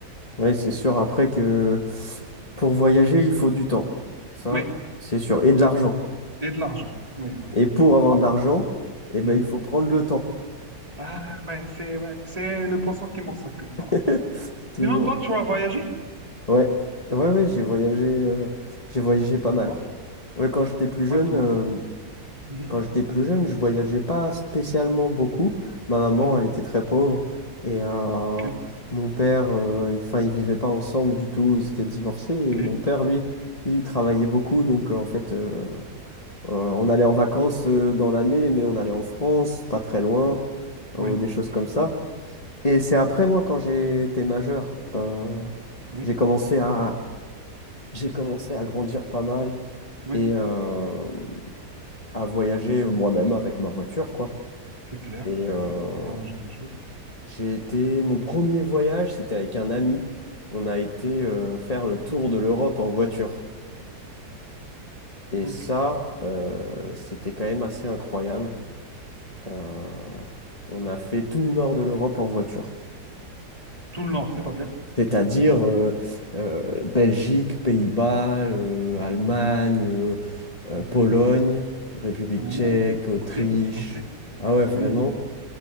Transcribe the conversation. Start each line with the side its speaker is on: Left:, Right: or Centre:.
Left: Ouais, c'est sûr après que pour voyager, il faut du temps. Ça,
Right: Mais,
Left: c'est sûr. Et de l'argent.
Right: c'est clair. Et de l'argent. Oui, voilà.
Left: Et pour avoir
Right: Ah,
Left: de l'argent, eh ben,
Right: mhm.
Left: il faut prendre le temps.
Right: Ah, ouais, c'est ouais, c'est le poisson qui mord sa queue.
Left: <laughs>
Right: Voilà.
Left: Toujours.
Right: Sinon, toi, tu as voyagé?
Left: Ouais. Ouais, ouais, j'ai voyagé, euh, j'ai voyagé pas mal.
Right: Alors,
Left: Ouais, Quand j'étais plus
Right: dis-moi,
Left: jeune,
Right: dis-moi.
Left: euh,
Right: Mhm,
Left: Quand j'étais plus jeune, je voyageais pas spécialement beaucoup. Ma maman,
Right: mhm.
Left: elle était très pauvre et euh,
Right: Ok.
Left: mon père, euh, il- enfin, ils vivaient pas ensemble du tout. Ils étaient divorcés
Right: Ok,
Left: et mon père, lui, il travaillait beaucoup. Donc, euh, en fait, euh, euh, on allait en vacances
Right: ouais,
Left: euh, dans l'année, mais on allait en France, pas très loin,
Right: oui,
Left: euh, des choses
Right: je
Left: comme
Right: vois.
Left: ça. Et c'est après,
Right: Hmm,
Left: moi, quand j'ai été majeur, euh,
Right: Oui,
Left: j'ai commencé à, j'ai commencé à grandir pas mal
Right: oui,
Left: et euh, à voyager moi-même avec ma voiture, quoi.
Right: c'est clair,
Left: Et euh,
Right: oui, non, j'ai des choses.
Left: j'ai été. Mon premier voyage, c'était avec un ami. On a été euh, faire le tour
Right: Mhm,
Left: de l'Europe en voiture. Et
Right: Ok,
Left: ça, euh, c'était quand même assez incroyable. Euh, on a fait tout le nord de l'Europe en voiture.
Right: tout le nord, c'est-à-dire.
Left: C'est-à-dire euh, euh, Belgique, Pays-Bas, euh,
Right: Mhm,
Left: Allemagne, euh,
Right: mhm.
Left: euh, Pologne, République
Right: Ouh,
Left: tchèque, Autriche.
Right: ok, ok,
Left: Ah ouais,
Right: oui,
Left: vraiment.